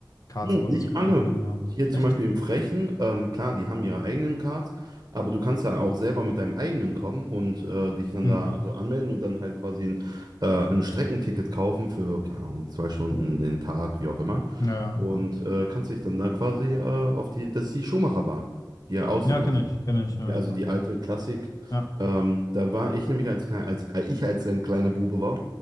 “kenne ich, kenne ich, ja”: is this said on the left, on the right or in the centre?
Left